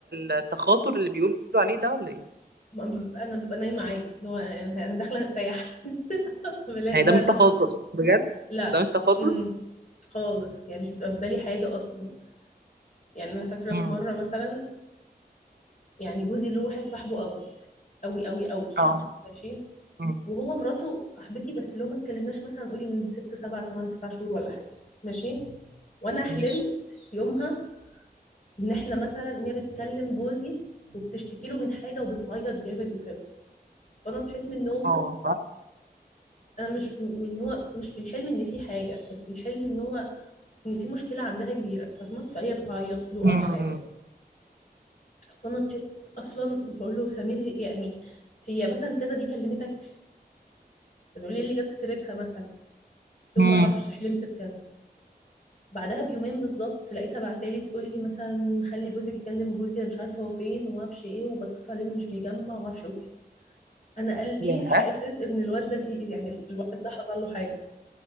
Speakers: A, on the right; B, on the left.
A: التخاطر اللي بيقولوا عليه ده ولا ايه
B: ما ببقى- أنا ببقى نايمة عادي اللي هو أنا أنا داخلة أرتاح <laughs> بلاقي
A: يعني
B: بقى
A: ده مش تخاطر
B: ده حصل
A: بجد
B: لا
A: ده مش تخاطر
B: امم خالص يعني مش بيبقى في بالي حاجة أصلا يعني أنا فاكرة
A: امم
B: في مرة مثلا يعني جوزي له واحد صاحبه قوي قوي قوي قوي
A: اه
B: ماشي
A: امم
B: وهو مراته صاحبتي بس اللي هو ما اتكلمناش مثلا قولي من ست سبع تمن تسع شهور ولا حاجة ماشي وأنا حلمت
A: ماشي
B: يومها إن إحنا مثلا إن هي بتكلم جوزي وبتشتكي له من حاجة وبتعيط جامد وكده فأنا صحيت من النوم
A: اه
B: انا مش م- ان هو مش في الحلم ان في حاجه بس الحلم ان هو ان في مشكله عندها كبيره فاهمه فهي بتعيط له
A: امم
B: او حاجه فانا صحيت اصلا بقول له سمير يعني هي مثلا كذا دي كلمتك طب بيقول لي إيه اللي جاب سيرتها مثلا قلت له
A: امم
B: ما اعرفش حلمت بكذا بعدها بيومين بالظبط لقيتها بعتالي تقول لي مثلا خلي جوزك يكلم جوزي انا مش عارفه هو فين وما اعرفش ايه وبتصل عليه مش بيجمع وما اعرفش ايه وكده انا قلبي
A: يا
B: حاسس ان الواد ده فيه يعني الواد ده حصل له حاجه